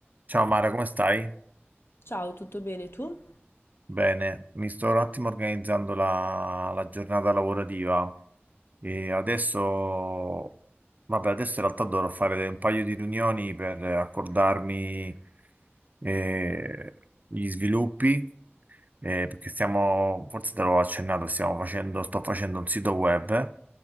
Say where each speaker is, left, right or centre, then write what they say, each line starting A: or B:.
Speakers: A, on the right; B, on the left.
A: Ciao Mara, come stai?
B: Ciao, tutto bene tu?
A: Bene, mi sto un attimo organizzando la, la giornata lavorativa e adesso, vabbè, adesso in realtà dovrò fare un paio di riunioni per accordarmi eh, gli sviluppi eh, perché stiamo, forse te l'ho accennato, stiamo facendo, sto facendo un sito web